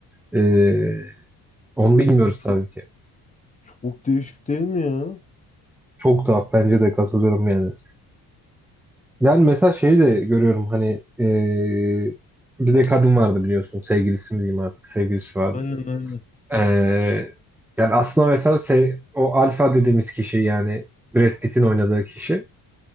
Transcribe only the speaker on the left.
Çok
çok değişik değil mi ya?
Aynen aynen.